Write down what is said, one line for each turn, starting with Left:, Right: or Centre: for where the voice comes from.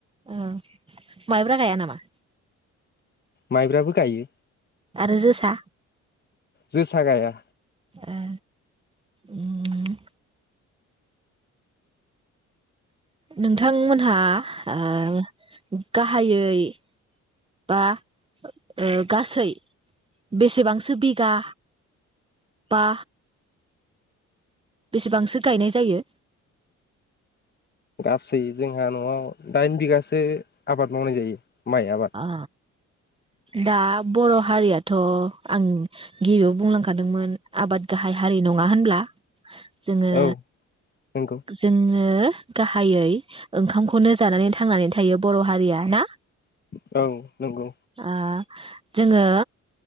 Right: ओ माइब्रा गाया नामा
Left: माइब्राबो गायो
Right: आरो जोसा
Left: जोसा गाया
Right: ओ ओम नोंथांमोनहा ओ गाहायै बा ओ गासै बेसेबांसो बिगा बा बेसेबांसो गायनाय जायो
Left: गासै जोंहा न'आव दाइन बिगासो आबाद मावनाय जायो। माइ आबाद
Right: अ दा बर' हारियाथ' आं गिबियाव बुंलांखादोंमोन आबाद गाहाय हारि नङा होनब्ला? जोङो
Left: औ नंगौ
Right: जोङो गाहायै ओंखामखौनो जानानै थांनानै थायो बर' हारिया ना?
Left: औ नंगौ
Right: आ जोङो